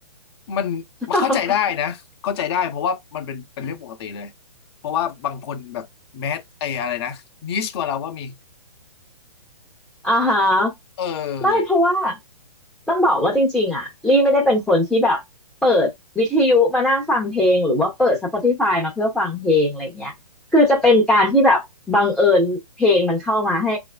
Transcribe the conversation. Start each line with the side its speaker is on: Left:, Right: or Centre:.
Left: มันมันเข้าใจได้นะเข้าใจได้เพราะว่ามันเป็นเป็นเรื่องปกติเลยเพราะว่าบางคนแบบแมสไออะไรนะนิชกว่าเราก็มี
Centre: <laughs> อ่าฮะ
Left: เออ
Centre: ไม่เพราะว่าต้องบอกว่าจริงๆอ่ะลี่ไม่ได้เป็นคนที่แบบเปิดวิทยุมานั่งฟังเพลงหรือว่าเปิด Spotify มาเพื่อฟังเพลงอะไรเงี้ยคือจะเป็นการที่แบบบังเอิญเพลงมันเข้ามาให้